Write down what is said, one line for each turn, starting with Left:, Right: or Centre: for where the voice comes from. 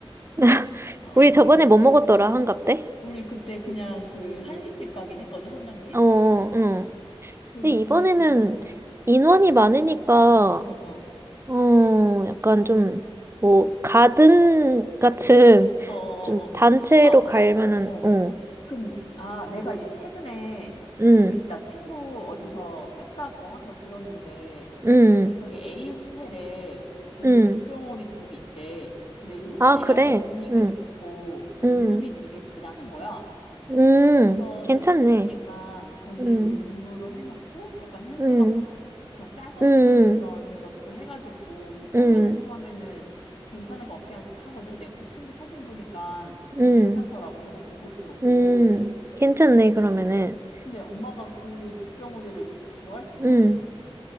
Right: <laughs>
Left: 어,
Right: 우리 저번에 뭐 먹었더라, 한갑 때?
Left: 우리 그때 그냥 그 한식집 가긴 했거든, 한정식?
Right: 어, 어, 응.
Left: 그,
Right: 근데 이번에는
Left: 어,
Right: 인원이 많으니까,
Left: 어, 어, 어,
Right: 어, 약간 좀, 뭐, 가든 같은,
Left: 어, 어,
Right: 좀 단체로
Left: 어. 어. 아,
Right: 갈 만한,
Left: 어.
Right: 어,
Left: 그럼, 아, 내가 이- 최근에
Right: 응,
Left: 우리 나 친구 어디서 했다고 한 거 들었는데,
Right: 응,
Left: 저기 A 호텔에 거기
Right: 응.
Left: 북경오리 집이 있대. 근데 이 호텔이라서
Right: 아, 그래?
Left: 분위기도
Right: 응,
Left: 좋고,
Right: 응,
Left: 룸이 되게 크다는 거야.
Right: 응.
Left: 그래서
Right: 괜찮네.
Left: 칠순이니까 거기
Right: 응,
Left: 룸으로 해놓고 약간 현수막
Right: 응,
Left: 그냥 작은
Right: 응,
Left: 그런 것도 해가지고 좀 꾸며놓고
Right: 응,
Left: 하면은 괜찮을 것 같긴 하- 하거든. 내가 그 친구 사진 보니까 뭐
Right: 응, 응.
Left: 괜찮더라고. 조금 고급스럽고.
Right: 응. 괜찮네, 그러면은.
Left: 어. 근데 엄마가 그 북경오리를 조- 좋아할지 모르겠네.
Right: 응.